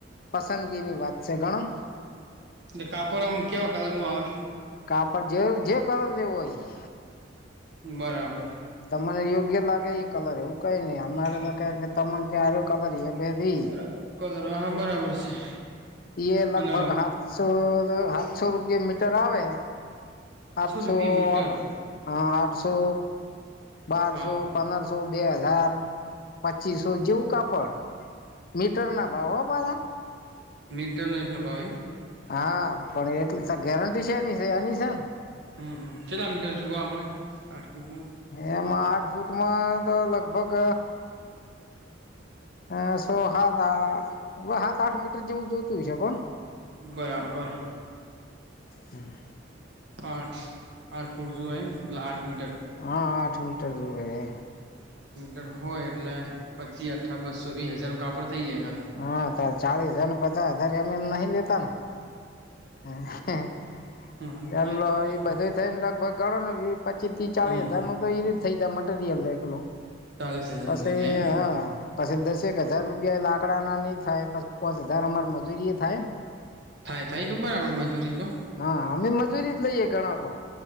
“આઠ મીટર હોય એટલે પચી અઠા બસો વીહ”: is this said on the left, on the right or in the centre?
Right